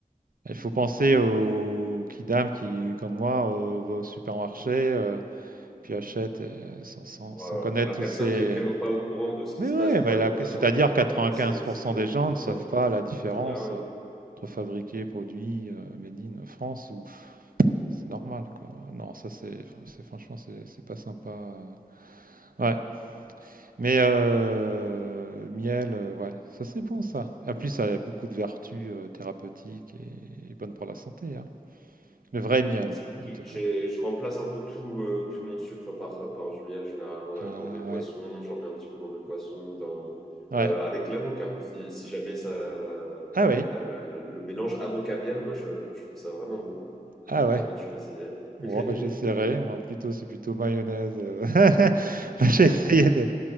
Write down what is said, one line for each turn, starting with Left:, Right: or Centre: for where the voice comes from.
Right: Il faut penser aux kidam qui, comme moi, euh, va au supermarché, euh, puis achète euh, sans, sans-
Centre: pour,
Right: sans
Centre: euh,
Right: connaître
Centre: pour la
Right: tous
Centre: personne
Right: ces...
Centre: qui est vraiment pas au courant de ce qui
Right: Mais
Centre: se
Right: ouais,
Centre: passe niveau
Right: bah,
Centre: alimentation,
Right: la- c'est-à-dire
Centre: mais
Right: 95%
Centre: enfin, c'est c'est
Right: des gens ne savent
Centre: fou, hein.
Right: pas la différence
Centre: C'est Ah ouais.
Right: euh, entre fabriqué, produit, euh, made in France, ou c'est normal, quoi. Non, ça, c'est enfin, c'est- franchement, c'est c'est pas sympa. Ouais, Mais euh, miel, euh, ouais, ça c'est bon ça. En plus, ça a beaucoup de vertus euh, thérapeutiques et, et bonnes pour la santé. hein. Le vrai miel,
Centre: C'est vrai que
Right: en tout
Centre: j'ai
Right: cas.
Centre: je remplace un peu tout euh, tout mon sucre par par du miel généralement là,
Right: Ah
Centre: dans mes boissons,
Right: ouais,
Centre: j'en mets un petit peu dans mes boissons, dans
Right: ouais.
Centre: euh, avec l'avocat. Si, si jamais ça euh,
Right: Ah oui,
Centre: le mélange avocat miel, moi je, je trouve ça vraiment bon.
Right: ah
Centre: Si
Right: ouais.
Centre: jamais tu veux essayer, <laughs>
Right: Bon, bah, j'essaierai. Moi, plutôt, c'est plutôt mayonnaise. euh. <laughs> Moi, J'ai essayé de,